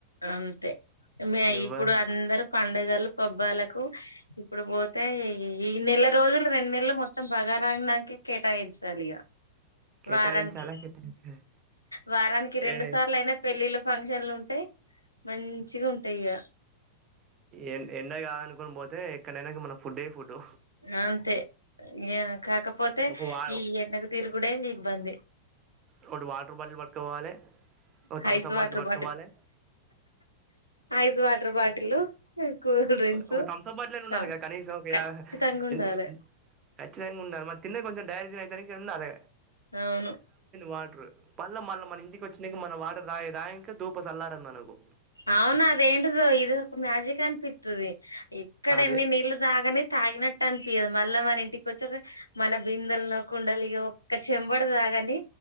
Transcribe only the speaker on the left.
అంతే మీ
ఇప్పుడు అందరు పండగలు పబ్బాలకు ఇప్పుడు పోతే ఈ నెల రోజులు రెండు నెలలు మొత్తం బగర నాక్ నాకే కేటాయించాలిగా
వారానికి
వారానికి రెండు
సార్లు అయినా పెళ్ళిళ్ళు ఫంక్షన్లు ఉంటాయి మంచిగా ఉంటాయి ఇగ
అంతే ఇ కాకపోతే
ఈ ఎండకు తిరుగుడే ఇబ్బంది
ice
water
ice water bottle cool drinks
ఆ
ఖచ్చితంగా ఉండాలి
అవును
అవును అదేంటుదొ ఇది ఒక మ్యూజిక్ అన్పిత్తుది ఇక్కడ
ఎన్ని నీళ్లు తాగని తాగినట్టు అనిపియ్యదు మళ్ళా మన ఇంటికి వచ్చేది మన బిందుల్లో కుండ లిగో ఇక్క చెంబుడు తాగ అండి